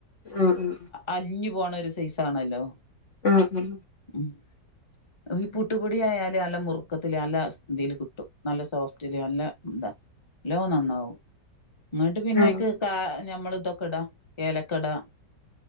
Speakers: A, on the left; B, on the left.
A: ആഹ് ആ.
B: അലിഞ്ഞു പോണ ഒരു സൈസാണല്ലോ?
A: മ് മ്.
B: ഉം ഈ പൂട്ടുപൊടി ആയാല് നല്ലമൃ ക്കത്തിൽ നല്ല ഇതിൽ കിട്ടും. നല്ല സോഫ്റ്റില് നല്ല ന്താ ന്നല്ലോ നന്നാവും. ഇന്ന്ട്ട് പിന്ന
A: ആ
B: അയ്ക്ക് കാ ഞമ്മൾ ഇതൊക്കെ ഇടാ ഏലക്ക ഇടാ.